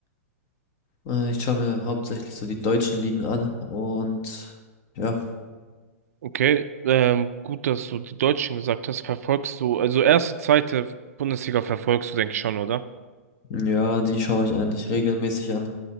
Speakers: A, on the left (about 35°); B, on the right (about 75°).
A: äh, ich schaue mir hauptsächlich so die deutschen Ligen an und ja,
B: Okay, ähm, gut, dass du die Deutschen gesagt hast. Verfolgst du, also erste, zweite Bundesliga verfolgst du, denke ich schon, oder?
A: ja, die schaue ich eigentlich regelmäßig an.